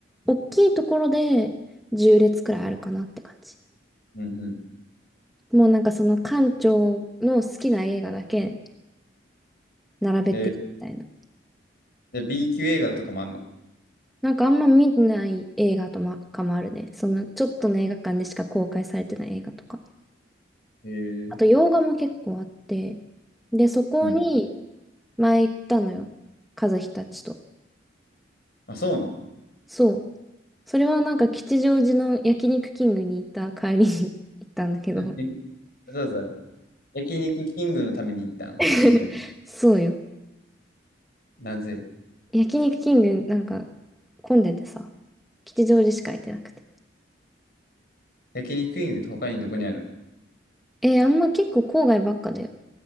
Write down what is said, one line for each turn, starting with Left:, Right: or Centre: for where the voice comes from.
Centre: 大きいところで10列くらいあるかなって感じ。
Left: うんうん。
Centre: もうなんかその館長の好きな映画だけ並べてるみたいな。
Left: えー、で、B 級映画とかもあんの
Centre: なんかあんま見ない映画とまかもあるね。そのちょっとの映画館でしか公開されてない映画とか。
Left: えー、
Centre: あと洋画も結構あって。で、そこに
Left: うん。
Centre: 前行ったのよ。和樹たちと。
Left: あ、そうなん。
Centre: そう。それはなんか吉祥寺の焼肉キングに行った帰りに <laughs> 行ったんだけど。
Left: えそうそう。焼肉キングのために行ったん吉祥。
Centre: <laughs> そうよ。
Left: なぜ
Centre: 焼肉キングなんか混んでてさ。吉祥寺しか行ってなくて。
Left: 焼肉キングって他にどこにある
Centre: えーあんま結構郊外ばっかだよ。